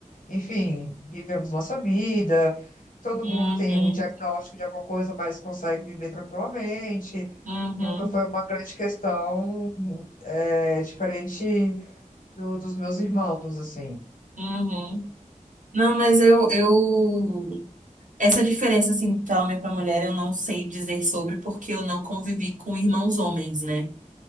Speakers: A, on the left; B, on the right.
A: enfim, vivemos nossa vida, todo
B: Uhum,
A: mundo tem um diagnóstico de alguma coisa, mas consegue viver tranquilamente.
B: uhum,
A: Nunca foi uma grande questão, é, diferente do- dos meus irmãos, assim.
B: uhum. Não, mas eu, eu... Essa diferença, assim, pra homem e pra mulher, eu não sei dizer sobre porque eu não convivi com irmãos homens, né?